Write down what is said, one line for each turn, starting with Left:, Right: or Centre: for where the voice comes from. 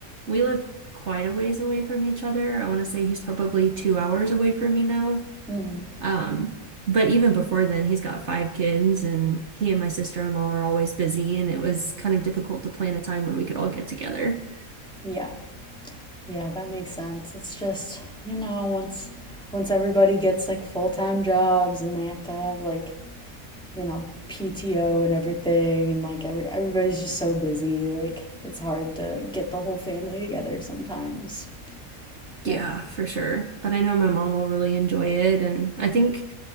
Right: we live quite a ways away from each other. I want to say he's probably two hours away from me now.
Centre: hmm
Right: Um, but even before then, he's got five kids, and he and my sister-in-law are always busy, and it was kind of difficult to plan a time when we could all get together.
Centre: Yeah. Yeah, that makes sense. It's just, you know, once once everybody gets like full-time jobs and they have to have like, you know, PTO and everything and like every everybody's just so busy, like it's hard to get the whole family together sometimes.
Right: Yeah,
Centre: But,
Right: for sure. But I know my mom will really enjoy it. And I think